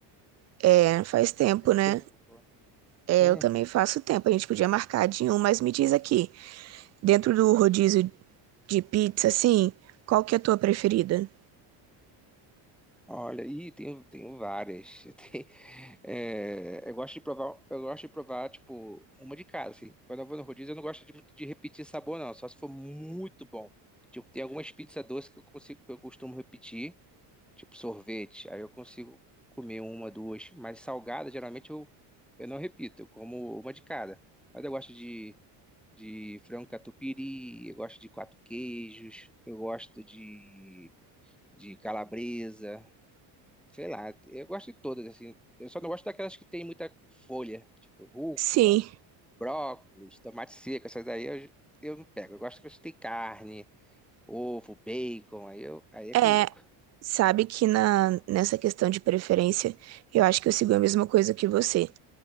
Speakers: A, on the right; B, in the centre.
A: É, faz tempo,
B: Tem tempo
A: né?
B: que eu não vou.
A: É,
B: Uhum.
A: eu também faço tempo. A gente podia marcar de um, mas me diz aqui, dentro do rodízio de pizza, assim, qual que é a tua preferida?
B: Olha, e tenho, tenho várias. <laughs> Tem- é, eu gosto de provar, eu gosto de provar, tipo, uma de cada, assim. Quando eu vou no rodízio, eu não gosto de, muito de repetir sabor, não. Só se for muito bom. Tipo, tem algumas pizzas doces que eu consigo, que eu costumo repetir, tipo sorvete. Aí eu consigo comer uma, duas. Mas salgada, geralmente eu, eu não repito. Eu como uma de cada. Mas eu gosto de, de frango catupiry, eu gosto de quatro queijos, eu gosto de, de calabresa. Sei lá, eu gosto de todas, assim. Eu só não gosto daquelas que tem muita folha, tipo rúcula,
A: Sim,
B: brócolis, tomate seco, essas daí eu, eu não pego. Eu gosto que tem carne, ovo, bacon, aí, eu, aí é comigo.
A: é. Sabe que na, nessa questão de preferência, eu acho que eu sigo a mesma coisa que você.